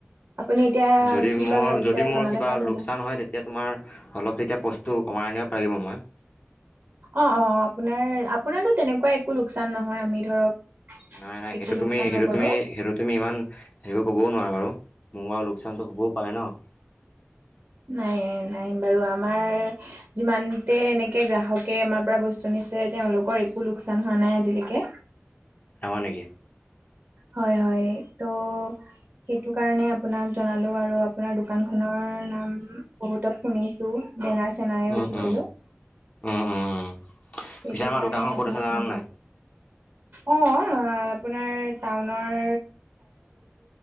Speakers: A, on the right; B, on the left.
A: আপুনি এতিয়া
B: যদি
A: কি
B: মোৰ
A: বা ভাবিছে
B: যদি মোৰ
A: জনালে
B: কিবা
A: ভাল
B: লোকচান
A: হ'ল
B: হয় তেতিয়া তোমাৰ অলপ তেতিয়া বস্তু কমাই <unintelligible> পাৰিব মই
A: অ অ আপোনাৰ আপোনাৰো তেনেকুৱা একো লোকচান নহয় আমি ধৰক
B: নাই নাই সেইটো
A: একো
B: তুমি
A: লোকচান
B: সেইটো
A: নকৰো
B: তুমি সেইটো তুমি ইমান সেৰিবোৰ ক'বও নোৱাৰা বাৰু <unintelligible> মোৰ বাওঁ লোকচানটো হ'বও পাৰে ন।
A: নাই নাই বাৰু আমাৰ যিমানতে এনেকে গ্ৰাহকে আমাৰ পৰা বস্তু নি তেওঁলোকৰ একো লোকচান হোৱা নাই আজিলৈকে
B: জানা নিকি? <unintelligible>
A: হয় হয় ত সেইটো কাৰণে আপোনাক জনালো আৰু আপোনাৰ দোকান খনৰ নাম বহুত শুনিছো, বেনাৰ চেনাৰেও
B: উম,
A: দেখিছিলো
B: উম, উম, উম, উম
A: সেইটো
B: পিছে আমাৰ
A: কাৰণে
B: দোকানখন
A: আপোনাক
B: ক'ত আছে জানানে
A: ফোন কৰিলো
B: নাই।
A: অ' আপোনাৰ টাউনৰ